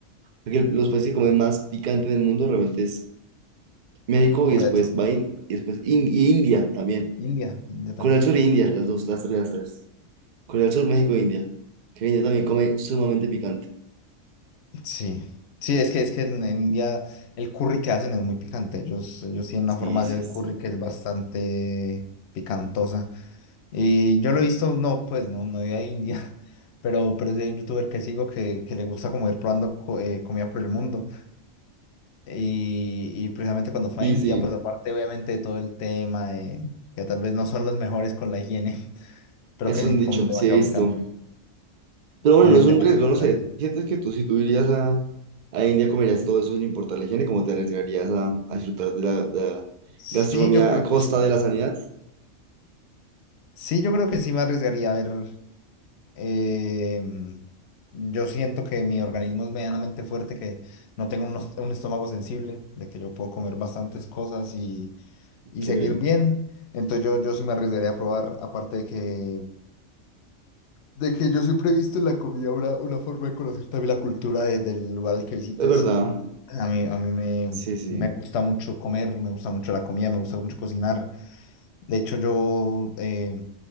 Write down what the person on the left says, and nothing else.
Corea
del Sur,
India, India también.
Sí, sí, es que, es que en, en India el curry que hacen es muy picante. Ellos, ellos tienen
una forma
de hacer el
curry que es bastante picantosa. Y yo lo he visto, no, pues no, no de a India, <laughs> pero, pero sí hay un youtuber que sigo que, que le gusta como ir probando co- eh, comida por el mundo. Y, y precisamente cuando fue
a India,
pues aparte obviamente de todo el tema de que tal vez no son los mejores con la higiene, <laughs> pero
que
comen demasiado
picante,
comen
demasiado
picante.
Sí,
yo creo
que sí.
Sí, yo creo que sí me arriesgaría a ver. Eh, yo siento que mi organismo es medianamente fuerte, que no tengo un, os- un estómago sensible, de que yo puedo comer bastantes cosas y,
y seguir
bien. Entonces yo, yo sí me arriesgaría a probar, aparte de que, de que yo siempre he visto en la comida una, una forma de conocer también la cultura de- del lugar al que visites.
A mí, a mí me,
me gusta mucho comer, me gusta mucho la comida, me gusta mucho cocinar. De hecho, yo, eh,